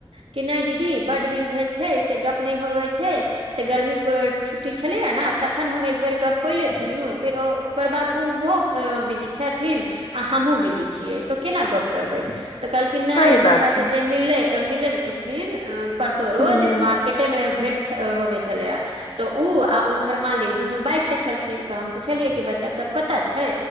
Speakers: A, on the right; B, on the left.
A: कि नहि दीदी बड दिन भेल छै से गप्प नहि होवै छै से गर्मी छुट्टी छलैए ने तखन हम एक बेर गप्प कैले छलिय फेर ओ ओकर बाद ओहो बिजी छथिन आ हमह हुँ बिजी छियै तऽ केना गप्प करबै तऽ कहलखिन नहि
B: सही
A: हमरा
B: बात छै
A: से जे मिलले मिलल छलन अ परसोरो
B: हूँ
A: जे
B: हूँ
A: बार कटे मे भेंट होबे छलैय तऽ ओ आ हुनकर मालिक दुनू बाइक सँ छलखिन तऽ हम पुछलियै कि बच्चा सभ कतय छै